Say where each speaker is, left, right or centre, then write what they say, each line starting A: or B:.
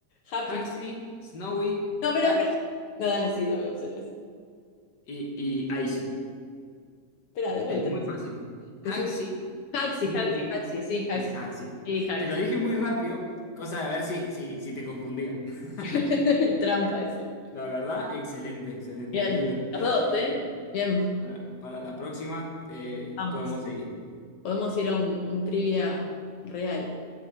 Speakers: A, on the left; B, on the left.
A: Happy.
B: Haxi, Snowy,
A: No, espera,
B: Taxi
A: espera. No, dale, sí, dame opciones.
B: Y, y ahí sí,
A: Espera, de vuelta.
B: es muy fácil. Haxi,
A: Decime, Haxi,
B: Snowy
A: Haxi, Haxi, sí,
B: es
A: Haxi.
B: Haxi.
A: Sí, Haxi.
B: Te lo dije muy rápido, cosa de ver si, si, si te confundía. <laughs>
A: <laughs> Trampa eso.
B: La verdad, excelente, excelente,
A: Bien,
B: muy divertido.
A: los dos,
B: Y
A: ¿eh?
B: bueno,
A: Bien,
B: para, para la próxima eh,
A: vamos.
B: podemos seguir.
A: Podemos ir a un, un trivia real